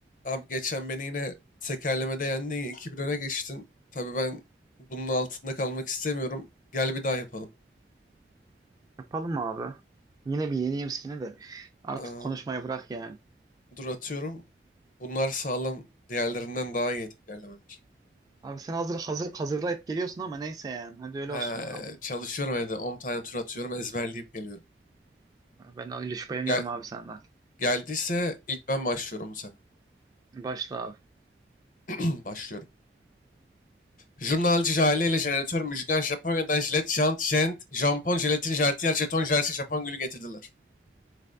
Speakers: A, on the left; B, on the right.
A: Abi geçen beni yine tekerlemede yendin ya 2-1 öne geçtin. Tabii ben bunun altında kalmak istemiyorum. Gel bir daha yapalım.
B: Yapalım abi. Yine bir yeneyim seni de. Artık
A: Aa,
B: konuşmayı bırak yani.
A: dur atıyorum. Bunlar sağlam. Diğerlerinden daha iyi tekerlemeler.
B: Abi sen hazır hazır hazırlayıp geliyorsun ama neyse yani. Hadi öyle
A: Ha,
B: olsun bakalım.
A: çalışıyorum evde. 10 tane tur atıyorum. Ezberleyip geliyorum.
B: Ben öyle şüpheleniyorum
A: Gel,
B: abi senden.
A: geldiyse ilk ben başlıyorum bu sefer.
B: Başla abi.
A: <clears throat> Başlıyorum. Jurnalci Jale ile jeneratör Müjgan Japonya'dan jilet, jant, jent, jampon, jelatin, jartiyer, jeton, jersi, Japon gülü getirdiler.